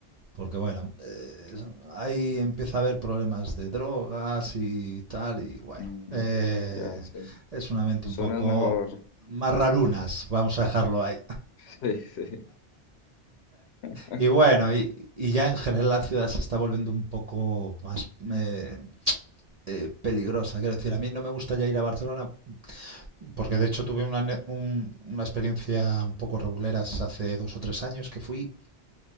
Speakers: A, on the right; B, on the left.
A: porque bueno, eh, ahí empieza a haber problemas de drogas y tal, y bueno,
B: Mm,
A: eh,
B: ya sé.
A: es un ambiente
B: Zonas
A: un poco
B: mejor.
A: más rarunas, vamos a dejarlo ahí.
B: <laughs> Sí, sí. <laughs>
A: Y bueno, y, y ya en general la ciudad se está volviendo un poco más eh, eh, peligrosa. Quiero decir, a mí no me gusta ya ir a Barcelona Porque de hecho tuve una, ne- un- una experiencia un poco reguleras hace dos o tres años que fui.